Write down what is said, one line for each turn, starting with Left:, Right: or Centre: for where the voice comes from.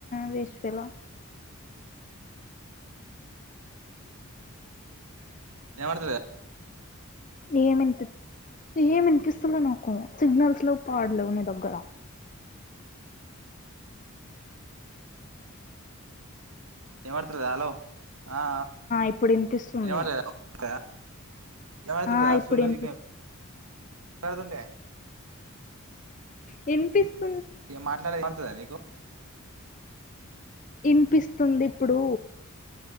Left: వేస్టఫెలో,
Right: వినపడతలేదా.
Left: ఏం వినిపి ఏం వినిపిస్తులే నాకు సిగ్నల్స్ లేవు. పాడలేవు నీ దగ్గర
Right: ఇన పడత లేదు హలో ఆ ఆ
Left: ఇప్పుడు వినిపిస్తుంది
Right: ఇన పడలేదా. <unintelligible>
Left: ఆ ఇప్పుడు వినిపి వినిపిస్తూ
Right: ఏం మాట్లాడేది వినపడతాలేదా నీకు
Left: ఇనిపిస్తుంది ఇప్పుడు